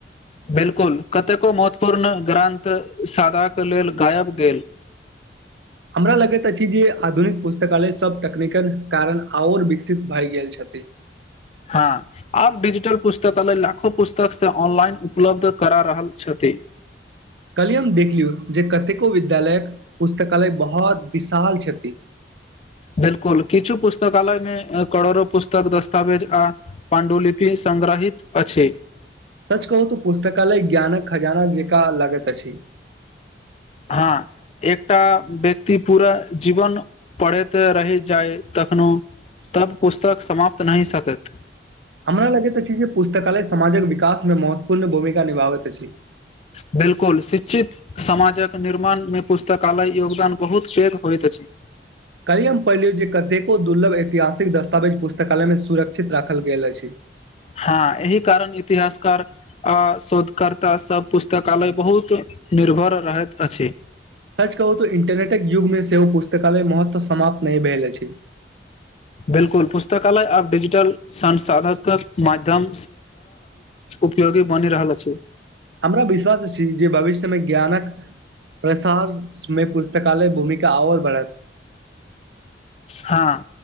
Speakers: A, on the left (about 35°); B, on the right (about 80°).
A: बिलकुल कतेको महत्वपूर्ण ग्रन्थ सादाक लेल गायब गेल
B: <unintelligible> हमरा लगैत अछि जे आधुनिक पुस्तकालय सभ तकनीकल कारण आओर विकसित भए गेल छथि <unintelligible>
A: हँ आब डिजिटल पुस्तकालय लाखो पुस्तक से ऑनलाइन उपलब्ध करा रहल छथिन
B: <unintelligible> कहलियए हम देख लियौ जे कतेको विद्यालयक पुस्तकालय बहुत विशाल छथि्षन <unintelligible>
A: बिलकुल किछु पुस्तकालयमे कोड़ो पुस्तक दस्तावेज आ पण्डुलिपि संग रहहित अछि
B: सच कहू तऽ पुस्तकालय ज्ञानक खजाना जेकाँ लागैत <unintelligible>
A: हँ एकटा व्यक्ति पूरा जीवन पढ़ैत रहि जाय तखनो तब पुस्तक समाप्त नहि सकैत
B: हमरा लगैत अछि जे पुस्तकालय समाजक विकास मे महत्वपूर्ण भूमिका निभाबैत अछि
A: बिलकुल शिक्षित समाजक निर्माणमे पुस्तकालय योगदान बहुत पैघ होइत अछि
B: काल्हि हम पढ़लियौ जे कतेको दुर्लभ ऐतिहासिक दस्तावेज पुस्तकालयमे सुरक्षित राखल गेल अछि <unintelligible>
A: हँ एहि कारण इतिहासकार अ शोधकर्ता सब पुस्तकालय बहुत निर्भर रहैत अछि
B: सच कहू तऽ इंटरनेटक युगमे सेहो पुस्तकालय महत्व समाप्त नहि भेल अछि
A: बिलकुल पुस्तकालय आब डिजिटल संसाधनक माध्यम उपयोगी बनि रहल अछि
B: हमरा विश्वास छी जे भविष्यमे ज्ञानक प्रसारमे पुस्तकालय भूमिका ओर बढ़त
A: हँ